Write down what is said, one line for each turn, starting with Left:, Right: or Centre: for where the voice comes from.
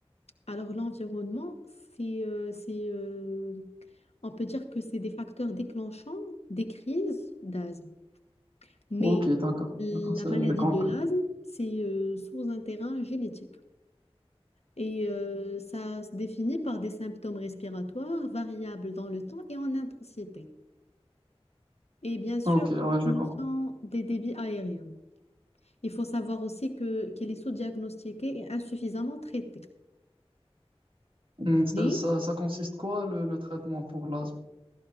Left: Alors, l'environnement, c'est, euh, c'est, euh, on peut dire que c'est des facteurs déclenchants des crises d'asthme. Mais
Right: Ok, d'accord,
Left: la
Right: d'accord, ça,
Left: maladie
Right: je comprends.
Left: de l'asthme, c'est euh, sur un terrain génétique. Et euh, ça se définit par des symptômes respiratoires variables dans le temps et en intensité. Et bien sûr,
Right: Ok, ouais,
Left: une
Right: je
Left: diminution
Right: comprends.
Left: des débits aériens. Il faut savoir aussi que, qu'elle est sous-diagnostiquée et insuffisamment traitée.
Right: Hmm, Ça,
Left: Oui.
Right: ça, ça consiste quoi le, le traitement pour l'asthme?